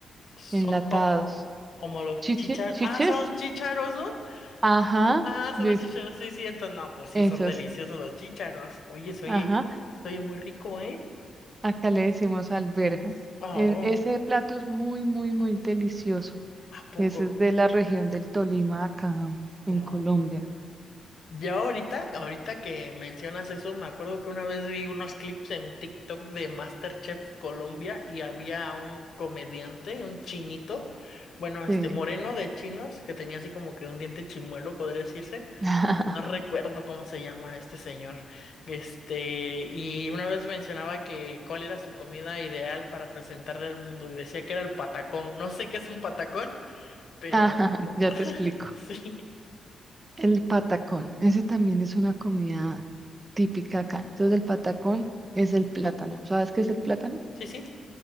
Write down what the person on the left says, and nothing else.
Son
como, como los
chícharos,
ah, son los chícharos, ¿no?
Ah, son
los
chícharos, sí, sí, entonces, no, pues sí,
son deliciosos los chícharos. Oye, se
oye, se oye muy rico, ¿eh?
Oh,
¿a poco?
No.
Ya ahorita, ahorita que mencionas eso, me acuerdo que una vez vi unos clips en TikTok de MasterChef Colombia y había un comediante, un chinito, bueno, este
moreno de chinos, que tenía así como que un diente chimuelo, podría decirse.
No recuerdo cómo se llama este señor. Este, y una vez mencionaba que cuál era su comida ideal para presentarle al mundo y decía que era el patacón. No sé qué es un patacón, pero
<laughs>
sí,
sí, sí,